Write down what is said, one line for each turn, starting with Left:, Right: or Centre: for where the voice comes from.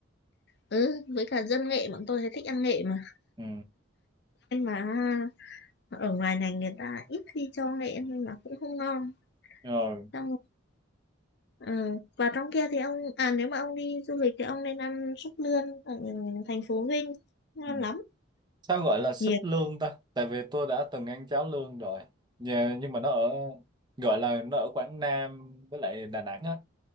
Left: ừ, với cả dân nghệ bọn tôi hay thích ăn nghệ mà
Right: ừ.
Left: nhưng mà ở ngoài này người ta ít khi cho nghệ nên là cũng không ngon
Right: rồi
Left: xong ờ, vào trong kia thì ông à nếu mà ông đi du lịch thì ông nên ăn súp lươn ở thành phố Vinh ngon
Right: ừ.
Left: lắm
Right: sao gọi là súp
Left: nhiều
Right: lươn ta tại vì tôi đã từng ăn cháo lươn rồi Dạ, nhưng mà nó ở gọi là nó ở Quảng Nam với lại Đà Nẵng á